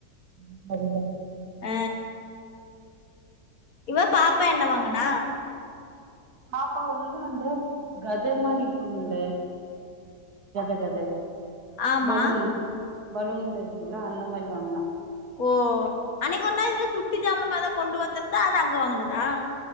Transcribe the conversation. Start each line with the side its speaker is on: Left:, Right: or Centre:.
Right: ம் அதுதா
Left: அ இவ பாப்பா என்ன வாங்கனா
Right: பாப்பா வந்து அந்த கத மாரி இருக்குமுல்ல கத கத
Left: ஆமா
Right: பலூன் பலூன்ல இருக்குல்ல அந்த மாரி வாங்னா
Left: ஓ அன்னைக் ஒர் நா இதோ சுட்டி ஜாமனுமா எதோ கொண்டு வந்துற்தா அத அங்க வாங்கனதா